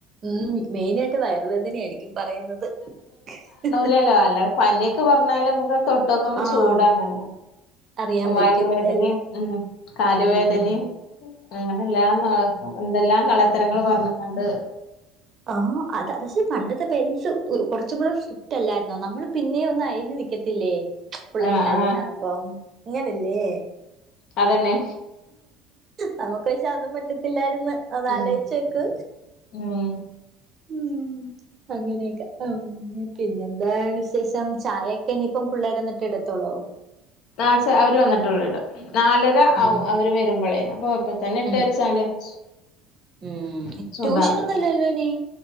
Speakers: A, on the right; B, on the left.
A: ഉം, മെയിനായിട്ട് വയറുവേദന യാ യിരിക്കും പറയുന്നത്. ഹ് ഹ് ഹ
B: ല്ലോ അല്ല. പനിയൊക്കെ പറഞ്ഞാല് നമ്മുക്ക് തൊട്ടൊക്കുമ്പൊ
A: ആഹ്
B: ചൂടങ്ങനെ
A: അറിയാൻ
B: വയറുവേദനേം
A: പറ്റും എല്ലാ
B: ഉം കാല്
A: ഉം
B: വേദനയും, അങ്ങനെഎല്ലാം <unintelligible> എന്തെല്ലാം കളത്തരങ്ങൾപറ്ഞ്ഞ്ങ്ങാണ്ട്
A: ആഹാ അത പക്ഷെ പണ്ടത്തെ പേരെന്റ്സ് കുറച്ചുംകൂടെ സ്ട്രിറ്റ്അല്ലായിരുന്നോ നമ്മള്പിന്നെയൊന്ന്അയഞ് ത്തില്ലേ പിള്ളേര്
B: ആഹ്
A: കരയുന്നണുമ്പൊ
B: ആഹ്
A: ഇങ്ങനല്ലേ
B: അതെന്നെ
A: നമുക്ക് പക്ഷേ അതും പറ്റത്തില്ലായിര്ന്ന് ഒന്ന്
B: ഉം
A: ആലോഴി ചോക്ക്
B: ഉം.
A: ഉം അങ്ങനെയൊക്കെ ആം പിന്നെന്താവിശേഷം ചായൊക്കെഇനിയിപ്പം പിള്ളേര് വന്നിട്ട്ഇടുത്തോള്ളോ
B: ആ ചാ അവര് വന്നിട്ടുള്ളൂ ഇടും. നാലര
A: ഉം
B: ആവും അവര് വരുമ്പോളേ. അപ്പൊ അപ്പ തന്നെ ഇട്ട്
A: ഉം
B: വെച്ചാല്. <inaudible>
A: ഉം
B: <unintelligible>
A: ട്യൂഷനൊന്നും ഇല്ലല്ലോ ഇനി